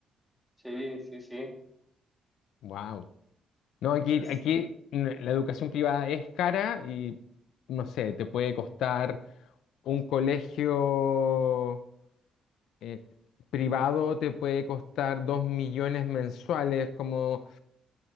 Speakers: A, in the centre; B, on the left.
A: Sí, sí, sí.
B: Wow. No, aquí,
A: Es
B: aquí mm, la educación privada es cara y no sé, te puede costar un colegio eh, privado, te puede costar dos millones mensuales, como